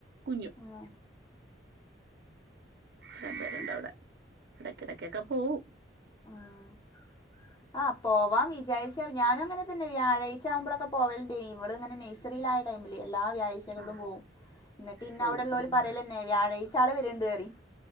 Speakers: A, on the right; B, on the left.
A: കുഞ്ഞും
B: ആ
A: അത്രപേരുണ്ട് അവിടെ ഇടക്കിടക്കൊക്കെ പോവും
B: ആ ആഹ പോവാ വിചാരിച്ച ഞാന അങ്ങനെ തന്നെ വ്യാഴാഴ്ചവുമ്പോഴൊക്കെ പോവലണ്ട്ഇവള്ഇങ്ങനെ നഴ്റിയിലയിട്ട് എല്ലാ വാഴ്ചകളില
A: ആഹ്
B: പോവും എന്നിട്ട് ഇന്ന
A: പോവും
B: അവിടെള്ളവര്പറയ പിന്നെ വ്യാഴാഴ്ച ആള് വരുന്നുണ്ട് എന്ന് പറയും